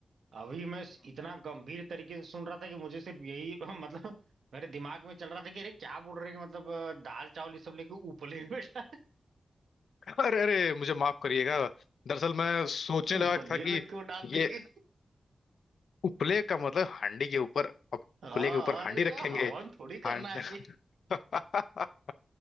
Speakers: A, on the right; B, on the left.
A: अभी मैं इस- इतना गंभीर तरीके से सुन रहा था कि मुझे सिर्फ यही <laughs> मतलब मेरे दिमाग में चल रहा था कि अरे क्या बोल रहे हैं कि मतलब अ, दाल चावल ये सब लेके उपले में डाल- <laughs>
B: अरे अरे मुझे माफ करिएगा दरअसल मैं सोचने लगा
A: उपले
B: था कि
A: में क्यों डाल देंगे
B: ये उपले का मतलब हांडी के ऊपर अब
A: हाँ
B: उपले के ऊपर
A: और
B: हांडी
A: क्या,
B: रखेंगे
A: हवन थोड़ी करना
B: हांड
A: है कि
B: <laughs>